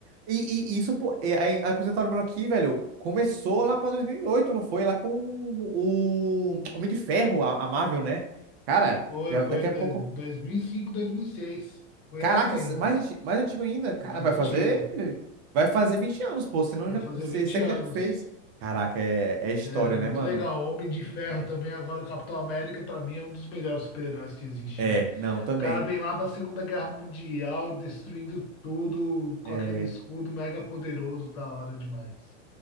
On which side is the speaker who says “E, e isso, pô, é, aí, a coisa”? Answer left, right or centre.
Right